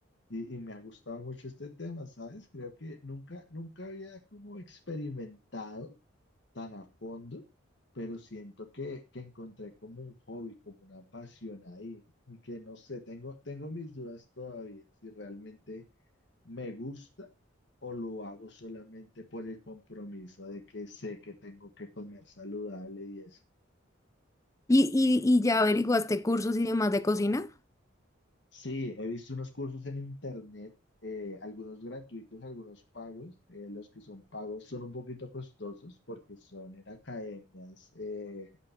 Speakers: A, on the left; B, on the left.
A: y, y me ha gustado mucho este tema, ¿sabes? Creo que nunca, nunca había como experimentado tan a fondo, pero siento que, que encontré como un hobby, como una pasión ahí, y que no sé, tengo, tengo mis dudas todavía si realmente me gusta. o lo hago solamente por el compromiso de que sé que tengo que comer saludable y eso.
B: ¿Y, y, y ya averiguaste cursos y demás de cocina?
A: Sí, he visto unos cursos en internet, eh, algunos gratuitos, algunos pagos. eh, los que son pagos son un poquito costosos porque son en academias eh,